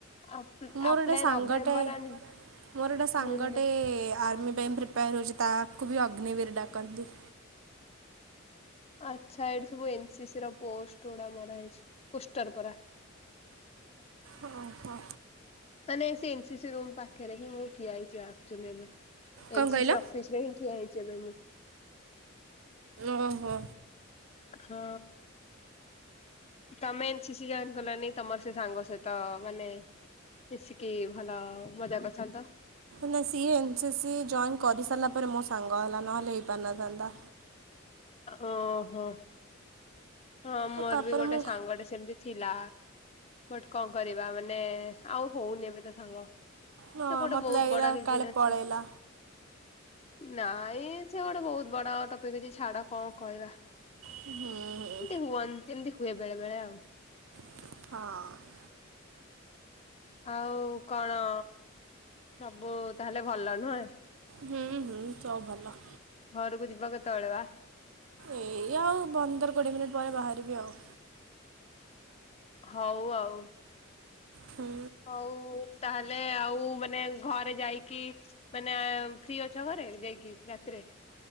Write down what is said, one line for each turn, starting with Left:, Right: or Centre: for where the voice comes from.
Left: ଆପ
Right: ମୋର
Left: ଆପ୍ଲାଏ
Right: ଗୋଟେ ସାଙ୍ଗଟେ
Left: ନଭେମ୍ବର ଆଣ୍ଡ
Right: ମୋର ଗୋଟେ ସାଙ୍ଗଟେ
Left: ଜୁନ ଦ
Right: ଆର୍ମି ଟେନ୍ଥେ କଣ କହୁଚ ତାକୁବି ଅଗ୍ନିବିର୍ ଡ଼ାକନ୍ତି।
Left: ଆଚ୍ଛା ଏଇଠି ସବୁ ଏନସିସି ର ପୋଷ୍ଟ ଗୁଡା ମରା ହେଇଚି ପୋଷ୍ଟର ପରା।
Right: ଅହ।
Left: ମାନେ ସେଇ ଏନ୍ ସି ସି ରୁମ୍ ପାଖରେ ହିଁ ମୁଁ ଠିଆ ହେଇଚି। <unintelligible>
Right: କଣ
Left: ଏନ
Right: କହିଲ?
Left: ସି ସି ଅଫିସରେ ହିଁ ଠିଆ ହେଇଚି ଏବେ ମୁଁ।
Right: ଓହୋ।
Left: ହଁ। ତମେ ଏନ ସି ସି ଜଏନ୍‌ କଲନି ତମର ସେ ସାଙ୍ଗ ସହିତ ମାନେ ମିଶିକି ଭଲ ମଜା କରିଥାନ୍ତ।
Right: ନା ସିଏ ଏନ୍ ସି ସି ଜଏନ୍ କରିସାରିଲା ପରେ ମୋ ସାଙ୍ଗ ହେଲା ନହେଲେ ହେଇପାରିନଥାନ୍ତା।
Left: ଓହୋ ହଁ ମୋର
Right: ଓ ତାପରେ
Left: ବି ଗୋଟେ
Right: ମୁଁ
Left: ସାଙ୍ଗଟେ ସେ ସେମିତି ଥିଲା ବଟ୍ କଣ କରିବା ମାନେ ଆଉ ହୋଉନି ଏବେ ତା ସାଙ୍ଗ।
Right: ହଁ
Left: ସେ ଗୋଟେ
Right: ମୋତେ
Left: ବହୁତ
Right: ଲାଗିଲା
Left: ବଡ଼ ରିଜନ୍‌
Right: କାଳେ
Left: ଅଛି।
Right: ପଳେଇଲା
Left: ନାଇଁ ସେ ଗୋଟେ ବହୁତ ବଡ଼ ଟପିକ୍ ଅଛି ଛା କଣ କହିବା
Right: ହୁଁ ହୁଁ
Left: ଏମତି ହୁଅନ୍ତି ଏମିତି ହୁଏ ବେଳେ ବେଳେ ଆଉ।
Right: ହଁ।
Left: ଆଉ କଣ ସବୁ ତାହେଲେ ଭଲ ନୁହେଁ।
Right: ହୁଁ ହୁଁ ଚ ଭଲ।
Left: ଘରକୁ ଯିବା କେତେବେଳେ ବା।
Right: ଏଇ ଆଉ ପନ୍ଦର କୋଡ଼ିଏ ମିନିଟ୍ ପରେ ବାହାରିବି ଆଉ।
Left: ହୋଉ ଆଉ।
Right: ହୁଁ
Left: ହୋଉ ତାହେଲେ ଆଉ ମାନେ ଘରେ ଯାଇକି ମାନେ ଫ୍ରି ଅଛ ଘରେ ଯାଇକି ରାତିରେ?